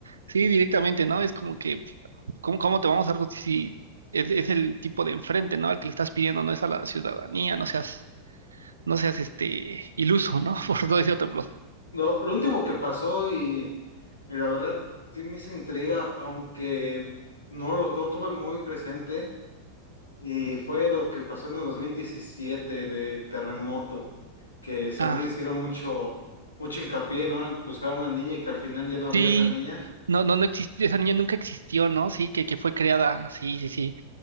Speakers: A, on the right (about 70°); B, on the left (about 75°).
A: sí, directamente, ¿no? Es como que, ¿cómo, cómo te vamos a dar justicia si es, es el tipo de enfrente, ¿no? Al que le estás pidiendo, no es a la ciudadanía, no seas no seas este iluso, ¿no? <laughs> Por no decir otra cosa.
B: Lo, lo último que pasó y, y la verdad sí me hizo intriga, aunque no, los- no tuve muy presente Y fue lo que pasó en el 2017 de terremoto, que según
A: Ah,
B: hicieron mucho, mucho hincapié, ¿no? En buscar una niña y que al final ya no había
A: sí.
B: esa niña.
A: No, no, no existió, esa niña nunca existió, ¿no? Sí, que, que fue creada, sí, sí, sí.